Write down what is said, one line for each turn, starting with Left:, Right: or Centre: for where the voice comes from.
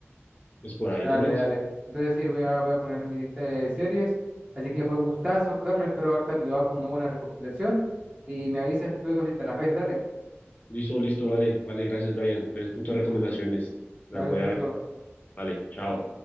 Left: esporádicamente.
Right: Dale, dale. Entonces sí, voy a, voy a poner en mi lista de series. Así que fue un gustazo, Carlos. Espero haberte ayudado con una buena recomendación. Y me avisas luego si te las ves, dale.
Left: Listo, listo, vale, vale, gracias, Brian. Entonces, tus recomendaciones las
Right: Dale
Left: voy
Right: un gusto.
Left: a ver. Vale, chao.